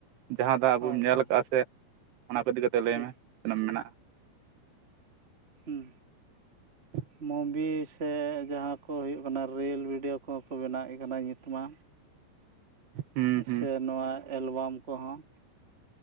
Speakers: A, on the right; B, on the right.
A: ᱡᱟᱦᱟᱸ ᱫᱚ ᱟᱵᱚᱢ
B: ᱦᱳᱭ
A: ᱧᱮᱞ
B: ᱦᱳᱭ
A: ᱠᱟᱜᱼᱟ ᱥᱮ ᱚᱱᱟ ᱠᱚ ᱤᱫᱤ ᱠᱟᱛᱮ ᱞᱟᱹᱭᱢᱮ
B: ᱴᱷᱤᱠ
A: ᱛᱤᱱᱟᱹᱜ ᱢᱮᱱᱟᱜᱼᱟ
B: ᱦᱩᱸ
A: <inaudible>
B: ᱢᱩᱵᱷᱤ ᱥᱮ ᱡᱟᱦᱟᱸ ᱠᱚ ᱦᱩᱭᱩᱜ ᱠᱟᱱᱟ ᱨᱤᱞ ᱵᱷᱤᱰᱭᱳ ᱠᱚᱦᱚᱸ ᱠᱚ ᱵᱮᱱᱟᱣᱮᱫ ᱠᱟᱱᱟ ᱱᱤᱛ ᱢᱟ᱾
A: ᱦᱩᱸ ᱦᱩᱸ
B: ᱥᱮ ᱱᱚᱣᱟ ᱮᱞᱵᱟᱢ ᱠᱚᱦᱚᱸ